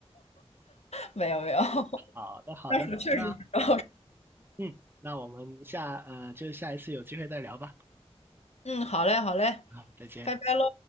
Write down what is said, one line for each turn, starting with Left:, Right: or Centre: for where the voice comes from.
Left: 没有没有，<laughs>
Right: 好的，好的，
Left: 但是我确实是知道。
Right: 那嗯，那我们下呃，就下一次有机会再聊吧。
Left: 嗯，好嘞好嘞，
Right: 好，再见。
Left: 拜拜喽。